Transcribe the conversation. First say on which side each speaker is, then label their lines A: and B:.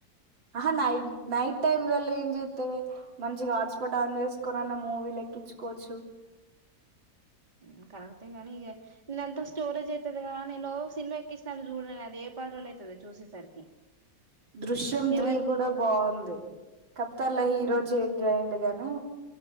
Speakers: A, on the right; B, on the right.
A: ఆహా నైట్ నైట్ టైమ్ లలో ఏం చెత్తవే మంచిగా హాట్స్పాట్ ఆన్ చేసుకున్నన్న మూవీ లె ఎక్కిచుకోవచ్చు
B: ఉ కరెక్టే గనీ ఇగ నన్ ఎంత స్టోరేజ్ అయితది గా నెను సినిమా ఎక్కిస్తాంటి చూడది ఏ పరి రోజులు అవుతదొ చూసేసరికి
A: దృశ్యం త్రీ
B: ఏమో ఇప్పుడు
A: కూడా బాగుంది తల్ల హీరో
B: అవునా
A: చేంజ్ అయ్యిండు గాని